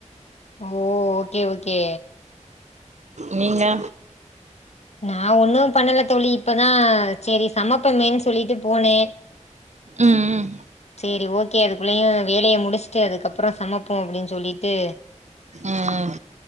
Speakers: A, on the left; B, on the right.
A: ஓ ஓகே ஓகே
B: நீ நா
A: நா ஒண்ணு பண்ணல தோழி இப்பதா சரி சமப்பமேன் சொல்லிட்டு போனே
B: ம்
A: சேரி ஓக் கே அதுக்குள்ளயு வேலய முடிச்சுட்டு அதுக்கப்புற சமைப்போ அப்டின் சொல்லிட்டு
B: ம் ம்